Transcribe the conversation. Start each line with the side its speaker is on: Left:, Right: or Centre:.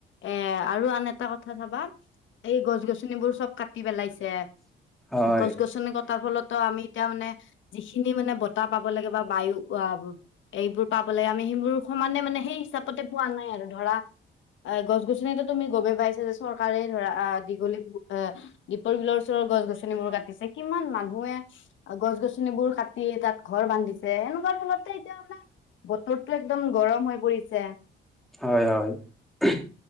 Left: এ আৰু আন এটা কথা চাবা এই গছ গছ', গছনিবোৰ চব কাটি পেলাইছে,
Centre: হয়,
Left: গছ গছনি কটাৰ ফলতো আমি এতিয়া মানে', যিখিনি মানে বতাহ পাব লাগে বা বায়ু অ', এইবোৰ পাব লাগে আমি সেইবোৰ', সমানে মানে সেই হিচাপতে পোৱা নাই আৰু ধৰা', অ', গছ গছনিতো তুমি গমে পাইছা যে চৰকাৰে ধৰা আহ', দীঘলী পুখুৰী', অ', দীপৰ বিলৰ ওচৰৰ গছ গছনিবোৰ কাট', কাটিছে, কিমান মানুহে গছ গছনিবোৰ কাটি তাত ঘৰ বান্ধিছে', মে', এনেকুৱা ফলতে এতিয়া মানে বতৰটো একদম গৰম হৈ পৰিছে',
Centre: হয়', - হয়', - উম',